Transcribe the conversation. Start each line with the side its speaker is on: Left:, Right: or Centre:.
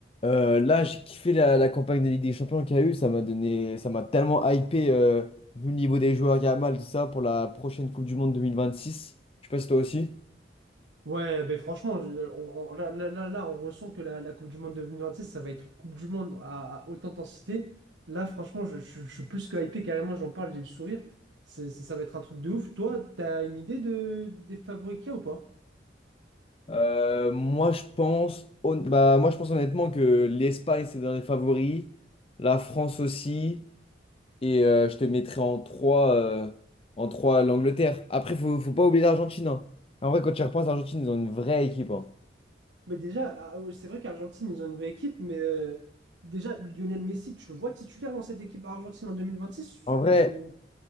Left: Euh, là, j'ai kiffé la, la campagne de Ligue des Champions qu'il y a eu. Ça m'a donné, ça m'a tellement hypé, euh, vu le niveau des joueurs, Yamal, tout ça, pour la prochaine Coupe du Monde 2026. Je sais pas si toi aussi.
Right: Ouais, ben franchement, je- on- on- là, là, là, là, on ressent que la, la Coupe du Monde 2026, ça va être une Coupe du Monde à, à haute intensité. Là, franchement, je, je- je suis plus que hypé, carrément, j'en parle, j'ai le sourire. C'est- Ça, ça va être un truc de ouf. Toi, t'as une idée de, des favoris qu'il y a ou pas?
Left: Euh, moi, je pense, hon- bah, moi, je pense honnêtement que l'Espagne, c'est dans les favoris. La France aussi. Et euh, je te mettrai en 3, euh, en trois, l'Angleterre. Après, faut, faut pas oublier l'Argentine. hein. En vrai, quand tu y repenses, l'Argentine, ils ont une vraie équipe. hein.
Right: Mais déjà, ah, ouais, c'est vrai qu'Argentine, ils ont une vraie équipe, mais euh, déjà, Lionel Messi, tu le vois titulaire dans cette équipe argentine en 2026
Left: En vrai,
Right: ou...